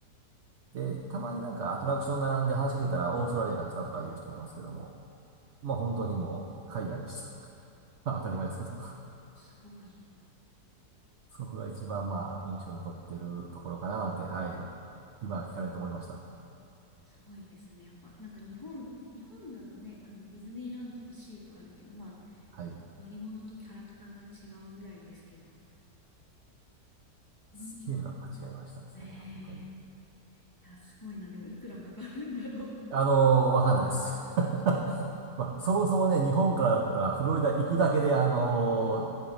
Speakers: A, on the right (about 75°); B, on the left (about 15°).
A: <laughs> で、たまになんかアトラクション並んで話しかけたらオーストラリアから来たとかいう人もいますけども、まあ本当にもう海外でした。<laughs> まあ当たり前ですけど
B: すごい。
A: そこが一番まあ印象に残ってるところかななんて、はい。今聞かれて思いました。
B: すごいですね。やっぱ、なんか日本、日本だとね、あの、ディズニーランドとシーとあるけど、まあ、
A: はい。
B: 乗り物とキャラクターが違うぐらいですけど、そんな、
A: スケールがやっぱ違いましたですね。
B: ね
A: 本当に。
B: え、いや、すごいな。でも、いくらかかるんだろ
A: あのーわかんないです。<laughs> まあ、そもそもね、日本からだったらフロリダ行くだけで、あのー